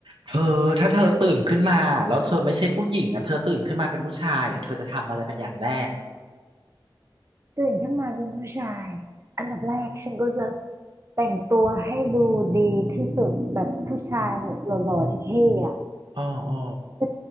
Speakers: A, on the right (about 80°); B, on the right (about 35°).
A: เธอถ้าเธอตื่นขึ้นมาแล้วเธอไม่ใช่ผู้หญิงอ่ะเธอตื่นขึ้นมาเป็นผู้ชายอ่ะเธอจะทำอะไรเป็นอย่างแรก
B: ตื่นขึ้นมาเป็นผู้ชายอันดับแรกฉันก็จะ
A: อืม
B: แต่งตัวให้ดูดีที่สุดแบบผู้ชายแบบหล่อๆเท่ๆอ่ะ
A: อ๋ออ๋อ
B: จะ